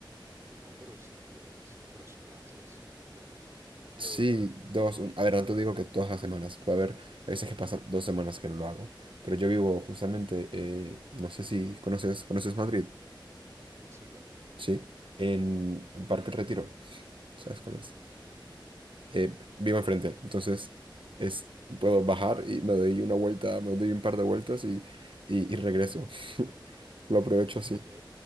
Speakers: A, on the right (about 35°); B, on the right (about 80°).
A: No, pero si tienes, pero si lo haces con regularidad.
B: Sí, dos. un- A ver, no te digo que todas las semanas. Puede haber, a veces que pasan dos semanas que no lo hago. Pero yo vivo justamente, eh, no sé si conoces, ¿conoces Madrid?
A: Sí, claro.
B: Sí, en el Parque El Retiro, ¿sabes cuál es?
A: Ujú.
B: Eh,
A: Sí.
B: vivo enfrente, entonces es, puedo bajar
A: Ok. <laughs>
B: y me doy una vuelta, me doy un par de vueltas y, y, y regreso. <laughs> Lo aprovecho así,
A: Ok.